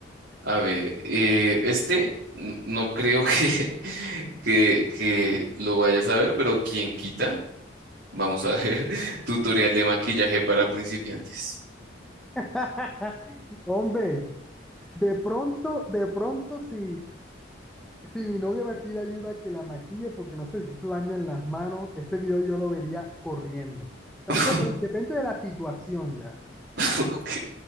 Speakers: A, on the right; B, in the centre.
A: A ver, eh, este n- no creo que, <laughs> que, que lo vayas a ver, pero quien quita. Vamos a ver. <laughs> Tutorial de maquillaje para principiantes.
B: <laughs> Hombre, de pronto, de pronto sí. Si mi novia me pide ayuda que la maquille porque no sé si hizo daño en las manos, este video yo lo vería corriendo. O sea,
A: <laughs>
B: eso dep- depende de la situación ya.
A: Ok,